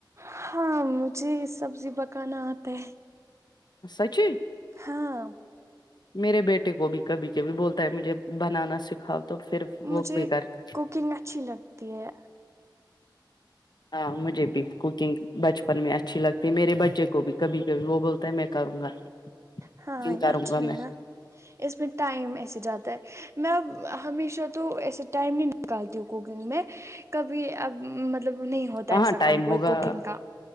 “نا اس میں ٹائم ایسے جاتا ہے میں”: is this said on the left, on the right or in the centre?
Right